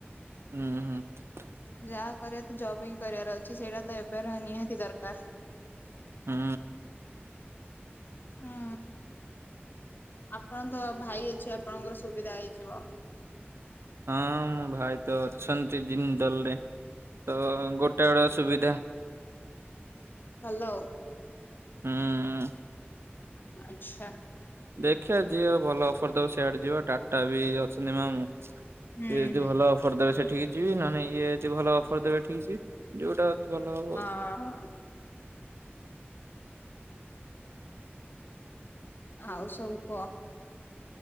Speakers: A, on the right; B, on the left.
A: ହୁଁ ହୁଁ।
B: ଯାହା କରିବା ତ ଜବ୍ ହିଁ କରିବାର ଅଛି ସେଇଟା ତ ଏବେର ନିହାତି ଦରକାର।
A: ହୁଁ।
B: ହୁଁ ଆପଣ ତ ଭାଇ ଅଛି। ଆପଣଙ୍କର ସୁବିଧା ହେଇଯିବ।
A: ହଁ ମୋ ଭାଇ ତ ଅଛନ୍ତି ଜିନ୍ଦଲରେ ତ ଗୋଟେ ଆଡୁଆ ସୁବିଧା।
B: ଭଲ ଆଉ।
A: ହୁଁ।
B: ଆଚ୍ଛା।
A: ଦେଖିବା ଯିବା ଭଲ ଅଫର ଦବ ସିଆଡେ ଯିବା ଟାଟା ବି ଅଛନ୍ତି ମାମୁଁ। ସିଏ
B: ହୁଁ
A: ଯଦି
B: ହୁଁ
A: ଭଲ ଅଫର ଦେବେ ସେଠିକି ଯିବି ନହେନ ଇଏ ଯଦି ଭଲ ଅଫର ଦେବେ ଏଠିକ ଯିବି। ଯୋଉଟା ଅତି ଭଲ ହବ।
B: ହଁ ହଁ। ଆଉ ସବୁ କୁହ।